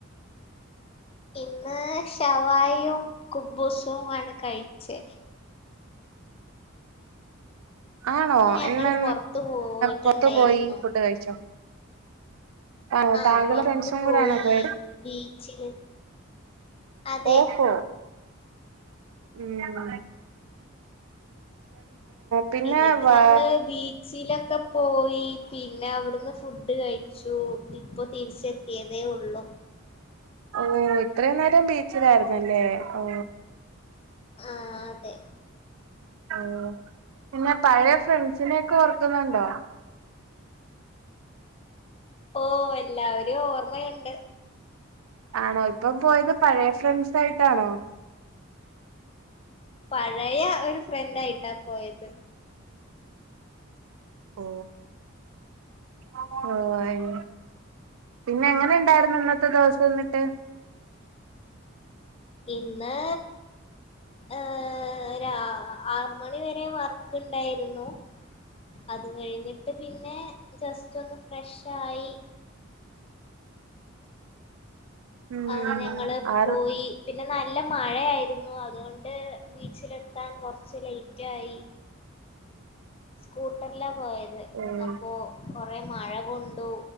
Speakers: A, on the left (about 25°); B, on the right (about 85°).
A: ഇന്ന് ഷവായിയും കുബൂസും ആണ് കഴിച്ചേ
B: ആണോ
A: ഞങ്ങള്
B: ഇന്ന്
A: പൊറത്തു പോയിട്ടുണ്ടായിരുന്നു
B: പൊറത്തു പോയി ഫുഡ് കഴിച്ചോ ആണോ
A: ആഹ്
B: താങ്കളും
A: പൊറത്തു
B: ഫ്രണ്ട്സും
A: പോയി
B: കൂടെ ആണോ പോയത്
A: ബീച്ചില് അതെ
B: ഓഹോ ഉം പിന്നെ
A: എന്നിട്ട്
B: വാ
A: നമ്മള് ബീച്ചിലൊക്കെ പോയി പിന്നെ അവിടുന്ന് ഫുഡ് കഴി ച്ചു ഇപ്പോ തിരിച്ചെത്തിയതേ ഉള്ളൂ
B: ഓ ഇത്രയും നേരം ബീച്ചിൽ ആയിരുന്നല്ലേ ഓ
A: ആഹ് അതെ
B: ഓഹ് പിന്നെ പഴയ ഫ്രണ്ട്സിനെയൊക്കെ ഓർക്കുന്നുണ്ടോ
A: ഓഹ് എല്ലാവരെയും ഓർമ്മയുണ്ട്
B: ആണോ ഇപ്പം പോയത് പഴയ ഫ്രണ്ട്സ് ആയിട്ടാണോ
A: പഴയ ഒരു ഫ്രണ്ട് ആയിട്ടാ പോയത്
B: ഓ ഓ ആണല്ലേ പിന്നെ എങ്ങനെ ഉണ്ടായിരുന്നു ഇന്നത്തെ ദിവസം എന്നിട്ട്
A: ഇന്ന് ഏഹ് രാ ആറു മണിവരെ വർക്ക് ഉണ്ടായിരുന്നു അത് കഴിഞ്ഞിട്ട് പിന്നെ ജസ്റ്റ് ഒന്ന് ഫ്രഷായി
B: ഉം
A: ആഹ് ഞങ്ങള്
B: ആറ്
A: പോയി പിന്നെ നല്ല മഴയായിരുന്നു അതുകൊണ്ട് ബീച്ചിലെത്താൻ കുറച്ച് ലേറ്റ് ആയി സ്കൂട്ടറിലാ പോയത്
B: ഉം
A: അപ്പോ കൊറെ മഴ കൊണ്ടു